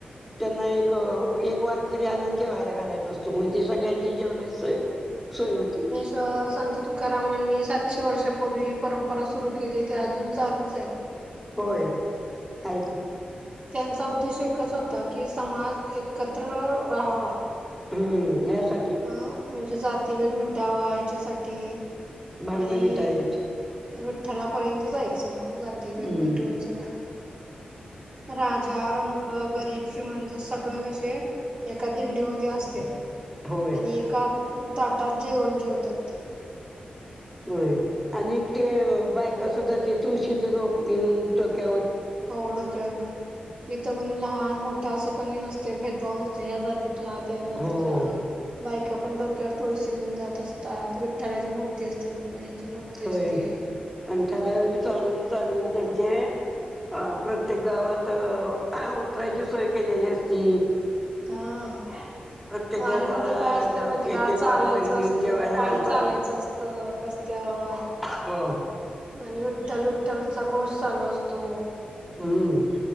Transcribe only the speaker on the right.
तर संत तुकारामांनी सातशे वर्षापूर्वी ही परंपरा सुरू केली ती अजून चालूच आहे न
त्यांचा उद्देश एकच होता की समाज एकत्र राहावा
म्हणजे जातीभेद मिटावा ह्याच्यासाठी
आणि
विठ्ठलापर्यंत जायचं मग जाती भेत
मिटवून सगळं राजा रंक गरीब श्रीमंत सगळे कसे एका दिंडीमध्ये असते
आणि एका ताटात जेवून जेवतात ते
हो डोके ओके इथं कोणी लहान मोठा असं कोणी नसते भेदभाव नसते ह्या जातील लाग जातटला
<inaudible> बायका पण डोक्यावर तुळशी घऊन जात असतात विठलाची मूर्ती असते रुक्मिणीची मूर्ती
असते.
हा
वारी
मध्ये काय असतं माहिती का
चालायचं
असतं
पायी
चालायचं असतं. तर रस्त्यावर
आणि विठ्ठल विठ्ठलचा घोष चालू असतो.